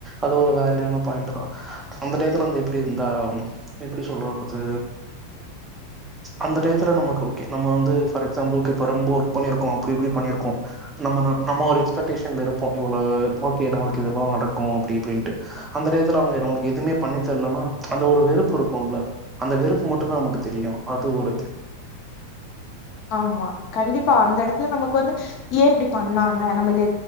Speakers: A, on the right (about 15°); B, on the left (about 40°).
A: அது ஒரு வேலிடான பாயிண்ட் தா அந்த டயத்துல எப்டி இர்ந்த எப்டி சொல்ரது அந்த டயத்துல நமக்கு கே நம்ம வந்து ஃபார் எக்ஸாம்பிளுக்கு இப்ப ரொம்ப ஒர்க் பண்ணிருக்கோ அப்டி இப்டி பண்ணிருக்கோ நம்ம நம்ம ஒரு எக்ஸ்பெக்டேஷன்ல இருப்போ இவ்ளோ ஓகே நம்ளுக்கு இதுலா நடக்கு அப்டி இப்டின்ட்டு அந்த டயத்துல அவங்க நமக்கு எதுமே பண்ணி தரலனா அந்த ஒரு வெறுப்பு இருக்கும்ல்ல அந்த வெறுப்பு மட்டுும்தா நமக்கு தெரியு அது ஒரு
B: ஆமா கண்டிப்பா அந்த எடத்துல நமக்கு வந்து ஏ இப்டி பண்ணாங்க நம்ம இத